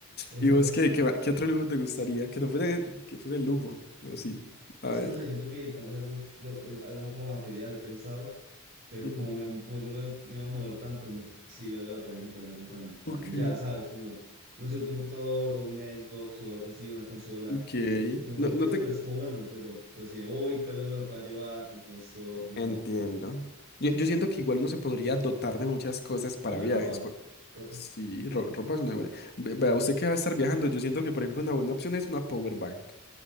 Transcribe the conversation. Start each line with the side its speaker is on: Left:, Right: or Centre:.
Right: Pues
Left: ¿Y
Right: nada.
Left: vos qué, qué, va- qué otro lujo te gustaría? Que no fuese, que fuese lujo, así. A
Right: Es
Left: ver.
Right: que no sé, siento que tal vez algo, lo- algo como material he pensado, pero
Left: Ujú.
Right: como, me- como yo me, me voy a mover tanto, no sé si valga la pena comprarme algo tan, tan
Left: Ok.
Right: ya, ¿sabes? Como, no sé, un computador o una Xbox o algo así, una consola.
Left: Ok.
Right: Como
Left: No,
Right: que lo
Left: no
Right: pienso,
Left: te
Right: pero es como bueno, pero, pero si me voy, tal vez no me lo pueda llevar, como que me estorbe,
Left: entiendo.
Right: no.
Left: Yo, yo siento que igual uno se podría dotar de muchas cosas para
Right: Tal vez
Left: viajes.
Right: ropa.
Left: por-
Right: Ropa.
Left: Sí, ro- ropa es una buena. Ve- Vea, usted que va a estar viajando, yo siento que, por ejemplo, una buena opción es una power bank.